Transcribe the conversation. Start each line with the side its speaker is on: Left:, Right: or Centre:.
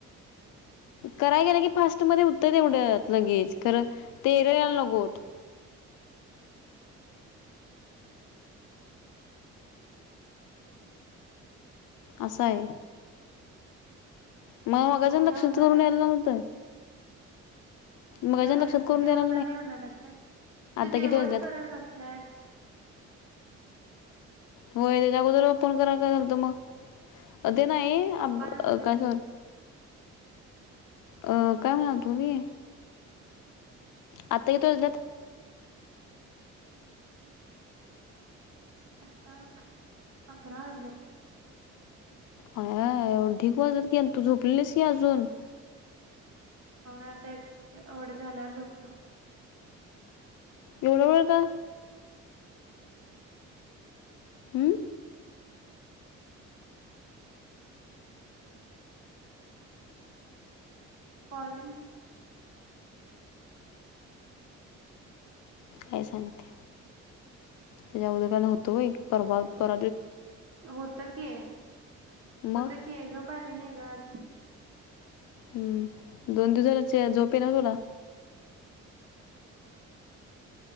Left: कराय गेलं की फास्ट मध्ये उत्तर तेवढ्यात लगेच, खर ते एरर यायला नगोत. अस आय. मग, मगाच्यान
Right: उद्या
Left: लक्ष
Right: होणार
Left: करून यायला नव्हतं. मगाच्यान
Right: उद्यापस-
Left: लक्षात करून
Right: उद्या
Left: द्यायला
Right: होणार नाही म्हणाल्यास काय
Left: आता
Right: तू जेवत
Left: किती वाजल्यात
Right: करत बसल्यास.
Left: होय, तेचा अगोदर फोन करायला काय झालत मग? ते नाही, अ..
Right: पप्पा
Left: ब..
Right: नव्हतीत
Left: काय स- अं.. काय म्हणालतो ग मी? आता किती वाजल्यात?
Right: आत्ता अकरा वाजल्यात.
Left: आ या या येवढ ढिग वाजल्यात, की तू झोपलेलीस की अजून?
Right: हो आता एक आवड झाल्यावर झोपतो.
Left: एवढं वेळ का? हं.
Right: कॉलिंग-
Left: काय सांगते. त्याच्या अगोदर काय नव्हत होय? परवा पर
Right: होत की,
Left: मग
Right: होत की, झोप आली नाही ग आज.
Left: हम्म. दोन दिवस झालं झोप येईन तुला?